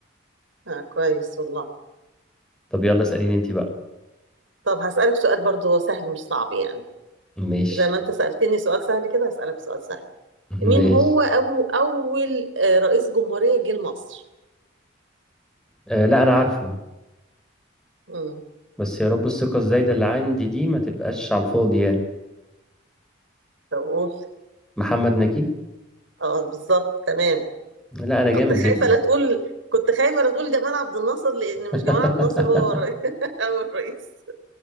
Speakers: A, on the right; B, in the centre.
A: آه كويس والله
B: طب يلا اسأليني انت بقى
A: طب هسألك سؤال برضه سهل مش صعب يعني
B: ماشي
A: زي ما انت سألتني سؤال سهل كده هسألك سؤال سهل مين
B: ماشي
A: هو أو أول آه، رئيس جمهورية جه لمصر؟
B: آه لا انا عارفه
A: امم
B: بس يا رب الثقة الزايدة اللي عندي دي ما تبقاش على الفاضي يعني
A: طب قول
B: محمد نجيب
A: اه بالظبط تمام
B: لا أنا جامد
A: كنت خايفة
B: جدا
A: لا تقول كنت خايفة لا تقول جمال عبد الناصر لأن
B: <laughs>
A: مش جمال عبد الناصر هو رئيس <laughs> أول رئيس